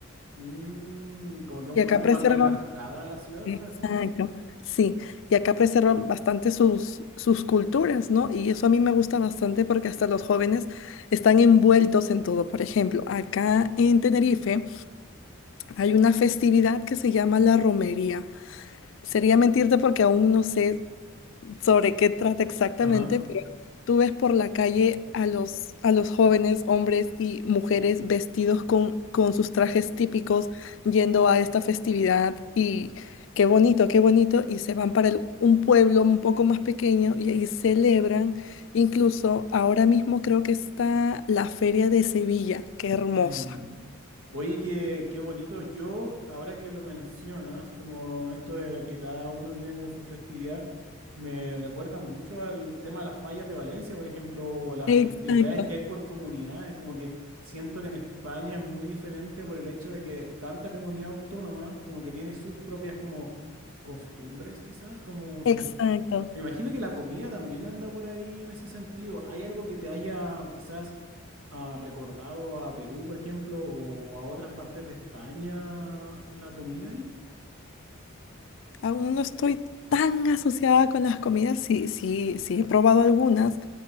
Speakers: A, on the right; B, on the left.
A: Mm, como que un
B: Y acá
A: poquito
B: preservan,
A: más relajada la ciudad,
B: exacto,
A: por así decirlo.
B: sí, y acá preservan bastante sus, sus culturas, ¿no? Y eso a mí me gusta bastante porque hasta los jóvenes están envueltos en todo. Por ejemplo, acá en Tenerife hay una festividad que se llama la romería. Sería mentirte porque aún no sé sobre qué trata exactamente,
A: Ajá.
B: pero tú ves por la calle a los, a los jóvenes, hombres y mujeres vestidos con, con sus trajes típicos yendo a esta festividad y qué bonito, qué bonito, y se van para el- un pueblo un poco más pequeño y ahí celebran. Incluso ahora mismo creo que está la Feria de Sevilla, qué hermosa.
A: Mm. Oye, qué, qué bonito. Yo, ahora que lo mencionas, como esto de que cada uno tiene como su festividad, me recuerda mucho al tema de las fallas de Valencia, por ejemplo, o las
B: Exacto,
A: festividades que hay por comunidades. Como que siento que en España es muy diferente por el hecho de que tanta comunidad autónoma, como que tiene sus propias como costumbres, quizás, como sus
B: exacto.
A: Me imagino que la comida también anda por ahí en ese sentido. ¿Hay algo que te haya quizás ah, recordado a Perú, por ejemplo, o, o a otras partes de España la comida ahí?
B: Aún no estoy tan asociada con las comidas, sí, sí, sí he probado algunas.